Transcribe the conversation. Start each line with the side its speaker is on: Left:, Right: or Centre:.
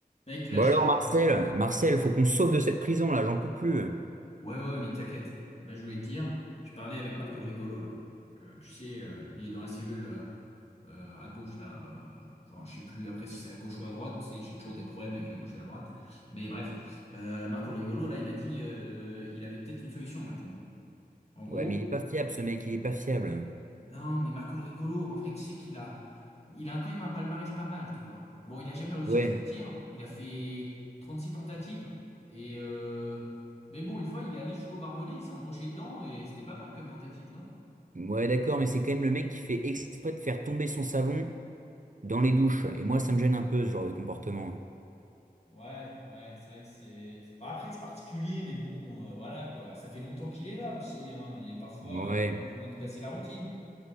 Left: Mec, là,
Right: Bon
Left: j'ai...
Right: alors Marcel, Marcel, faut qu'on se sauve de cette prison là, j'en peux plus.
Left: Ouais, ouais, ouais, mais t'inquiète. Là, je voulais te dire, je parlais avec Marco le rigolo, là. Euh, tu sais, euh, il est dans la cellule euh, euh, à gauche, là. euh, Enfin, je sais plus après si c'est à gauche ou à droite. Tu sais, j'ai toujours des problèmes avec la gauche et la droite. Mais bref, euh, Marco le rigolo, là, il m'a dit, euh, il avait peut-être une solution, là, pour nous. En gros,
Right: Ouais, mais il est pas fiable ce mec, il est pas fiable.
Left: Non, mais Marco le Rigolo, en vrai, tu sais qu'il a, il a quand même un palmarès pas mal, tu vois. Bon, il a jamais réussi
Right: Ouais,
Left: à sortir. Il a fait 36 tentatives. Et euh, Mais bon, une fois, il est allé jusqu'au barbelé, il s'est embroché dedans et c'était pas mal comme tentative, non?
Right: ouais d'accord, mais c'est quand même le mec qui fait exprès de faire tomber son savon dans les douches. Et moi, ça me gêne un peu ce genre de comportement.
Left: Ouais, ouais, c'est vrai que c'est. Bah, après, c'est particulier, mais bon, euh, voilà quoi. Ça fait longtemps qu'il est là aussi, hein. Et parfois,
Right: Ouais,
Left: il a besoin de casser la routine.